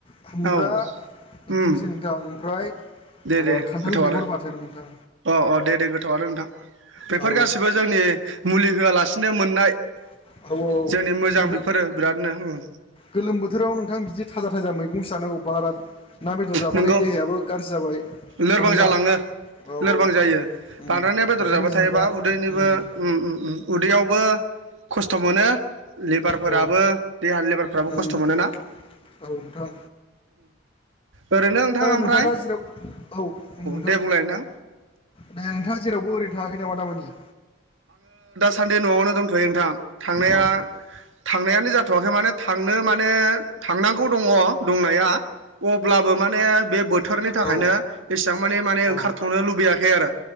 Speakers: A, on the left; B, on the right.
A: खुमब्रा
B: ओ औ
A: ओंख्रिसो
B: उम
A: नोंथां ओमफ्राय
B: दे
A: ओ
B: दे
A: खान्थाल
B: गोथावनो
A: बेगर बाथोन नोंथां
B: अ अ दे दे गोथावनो नोंथां। बेफोर
A: औ
B: गासैबो जोंनि मुलि होआलासिनो मोननाय।
A: औ औ औ
B: जोंनि मोजां
A: नोंथां
B: बेफोरो बिरादनो उम
A: गोलोम बोथोराव नोंथां बिदि थाजा थाजा मैगं। सो जासानांगौ बारा ना बेदर जाबाथाय
B: नंगौ
A: देहायाबो गाज्रि जाबाय।
B: लोरबां
A: ना नोंथां
B: जालाङो।
A: औ
B: लोरबां जायो
A: उम
B: बांद्राया न बेदर
A: ओंखायनो
B: जाबाय
A: जों
B: थायोबा
A: दा
B: उदैनिबो
A: उम
B: यावबो खस्थ मोनो। लिबारफोराबो
A: औ
B: देहानि लिबारफोराबो
A: उम
B: खस्थ मोनोना।
A: औ नोंथां
B: ओरैनो नोंथां ओमफ्राय।
A: नोंथाङा दा जेराव औ नोंथां
B: दे बुंलाय नोंथां
A: दे नोंथाङा जेरावबो ओरैनो थाङाखै नामा दामानि।
B: दासानदे न'आवनो दंथयो नोंथां थांनाया।
A: औ
B: थांनायानो जाथवाखै माने थांनो माने थांनांगौ दङ दंनाया? अब्लाबो माने बे बोथोरनि थाखायनो
A: औ
B: एसेबां माने माने
A: औ
B: ओंखारथनो लुबैयाखै आरो।